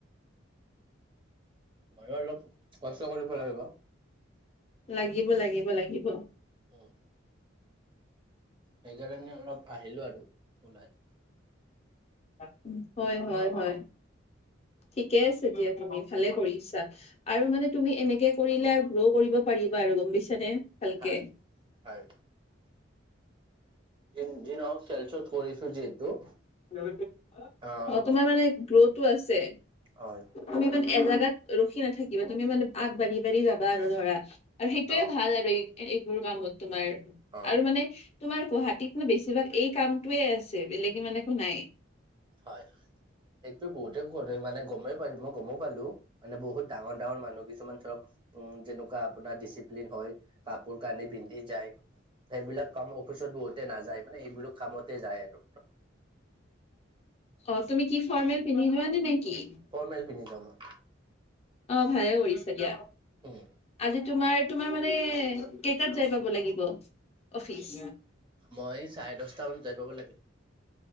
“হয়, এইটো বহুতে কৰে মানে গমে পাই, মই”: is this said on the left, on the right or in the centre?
Right